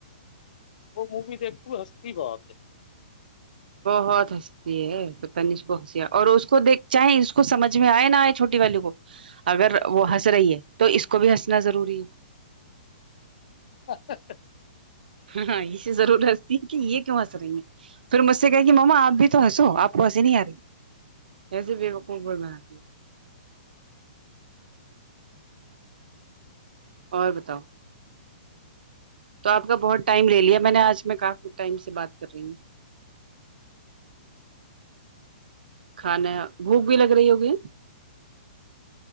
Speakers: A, on the left; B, on the right.
A: وہ مووی دیکھتی ہنستی بہت ہے
B: ہوتس یہ پت نہیں اس کو ہنس اور اس کو دیک چاہیں اس کو سمجھ میں آئے نا آئے چھوٹی والی کو اگر وہ ہنس رہی ہے تو اس کو بھی ہنسنا ضروری ہے
A: ہاں
B: ہاں یہے ضرورت کہ یہ کیوں آ سریں گے پھر مجھ سے کہ کہ مما آپ بھی تو ہنسو آپ کو ہنسی نہیں آ رہی یہس سے بیق بول با ہے اور بتاؤ تو آپ کا بہت ٹائم لے لیا میں نے آج میں کافی ٹائم سے بات کر رہی ہوں کھانا بھوک بھی لگ رہی ہوگی